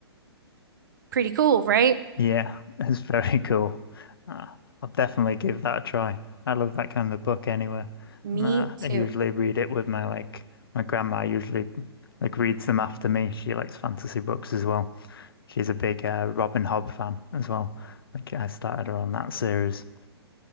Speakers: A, on the right; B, on the left.
A: pretty cool right
B: Yeah, <laughs> it's very cool. Uh, I'll definitely give that a try. I love that kind of book anyway.
A: me
B: And uh,
A: too
B: I usually read it with my like my grandma usually like reads them after me. She likes fantasy books as well. She's a big uh, Robin Hobb fan as well. Like I started her on that series.